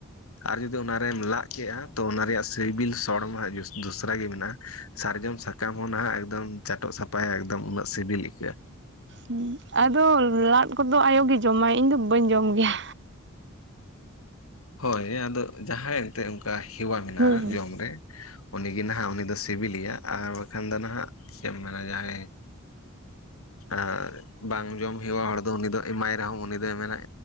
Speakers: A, on the left; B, on the right.
A: ᱟᱨ ᱡᱩᱫᱤ ᱚᱱᱟ, ᱠᱮᱫᱼᱟ ᱛᱚ ᱚᱱᱟ ᱨᱮᱭᱟᱜ ᱥᱤᱵᱤᱞ ᱥᱚᱲ ᱢᱟ ᱫᱚᱥᱨᱟ ᱜᱮ ᱢᱮᱱᱟᱜᱼᱟ ᱥᱟᱨᱡᱚᱢ ᱥᱟ ᱥᱟᱠᱟᱢ ᱦᱚᱸ ᱱᱟᱦᱟᱜ ᱮᱠᱫᱚᱢ ᱪᱟᱴᱚᱜ ᱥᱟᱯᱷᱟᱭᱟ ᱮᱠᱫᱚᱢ ᱩᱱᱟᱹᱜ ᱥᱤᱵᱤᱞ ᱟᱹᱭᱠᱟᱹᱜᱼᱟ,
B: ᱦᱩᱸ ᱟᱫᱚ ᱞᱟᱫ ᱠᱚᱫᱚ ᱟᱭᱳ ᱜᱮ ᱡᱚᱢᱟᱭ ᱤᱧ ᱫᱚ ᱵᱟᱹᱧ ᱡᱚᱢ ᱜᱮᱭᱟ,
A: ᱦᱳᱭ ᱟᱫᱚ ᱡᱟᱦᱟᱸᱭ ᱮᱱᱛᱜ ᱚᱱᱠᱟ ᱦᱮᱣᱟ ᱢᱮᱱᱟᱜᱼᱟ
B: ᱦᱩᱸ
A: ᱡᱚᱢ ᱨᱮ, ᱩᱱᱤᱜᱮ ᱱᱟᱦᱟᱜ ᱩᱱᱤ ᱫᱚ ᱥᱤᱵᱤᱞᱮᱭᱟ ᱟᱨ ᱵᱟᱠᱷᱟᱱ ᱫᱚ ᱱᱟᱦᱟᱜ ᱪᱮᱫ ᱮᱢ ᱢᱮᱱᱟ ᱡᱟᱦᱟᱸᱭ, ᱟᱨ ᱵᱟᱝ ᱡᱚᱢ ᱦᱩᱭᱩᱜᱼᱟ ᱦᱚᱲ ᱫᱚ ᱩᱱᱤ ᱫᱚ ᱮᱢᱟᱭ ᱨᱮᱦᱚᱸ ᱩᱱᱤ ᱫᱚᱭ ᱢᱮᱱᱟᱭ,